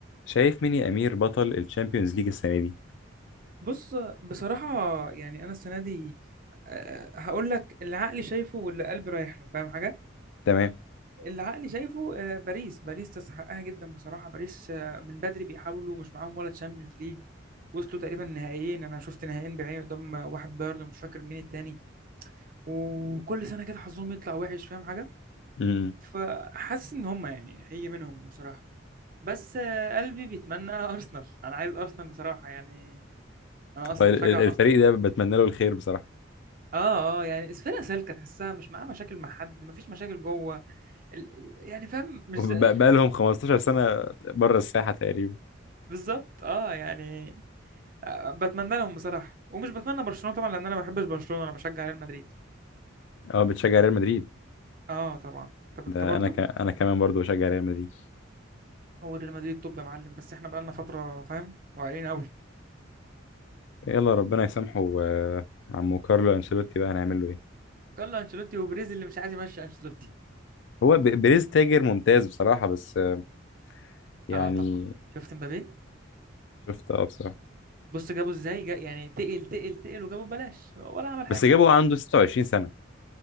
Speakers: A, on the left; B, on the right.
A: شايف مين يا امير بطل الشامبيونز ليج السنه دي
B: بص بصراحة يعني أنا السنة دي آه، هقول لك اللي عقلي شايفه واللي قلبي رايح له فاهم حاجة؟
A: تمام
B: اللي عقلي شايفه آه، باريس باريس تستحقها جدا بصراحة باريس آه، من بدري بيحاولوا مش معاهم ولا تشامبيونز ليج وصلوا تقريبا نهائيين أنا شفت نهائيين بعيني قدام واحد بايرن مش فاكر مين التاني وكل سنة كده حظهم يطلع وحش فاهم حاجة؟
A: امم
B: فحاسس إن هما يعني هي منهم بصراحة بس آه، قلبي بيتمنى <laughs> أرسنال أنا عايز أرسنال بصراحة يعني أنا أصلا
A: هو ال-
B: مشجع
A: ال- الفريق
B: أرسنال
A: ده بتمنى له الخير بصراحه
B: اه اه يعني اسفنا سالكه تحسها مش معاه مشاكل مع حد مفيش مشاكل جوه ال- ال- يعني فاهم مش
A: وب-
B: زي
A: بقى
B: يعني
A: لهم 15 سنه بره الساحه تقريبا
B: بالظبط اه يعني آه، بتمنى لهم بصراحه ومش بتمنى برشلونه طبعا لان انا ما بحبش برشلونه انا بشجع ريال مدريد
A: اه بتشجع ريال مدريد
B: اه طبعا طب
A: ده
B: انت برضو
A: انا ك... انا كمان برضو بشجع ريال مدريد
B: هو ريال مدريد طب يا معلم بس احنا بقالنا فتره فاهم واعيين قوي
A: يلا ربنا يسامحه آه، عمو كارلو انشيلوتي بقى هنعمل له ايه
B: يلا انشيلوتي وبريز اللي مش عايز يمشي انشيلوتي
A: هو ب... بريز تاجر ممتاز بصراحه بس آه، يعني
B: اه طبعا شفت مبابي
A: شفت اه بصراحه
B: بص جابه ازاي جا يعني تقل تقل تقل وجابه ببلاش ولا عمل
A: بس
B: حاجه
A: جابه عنده 26 سنه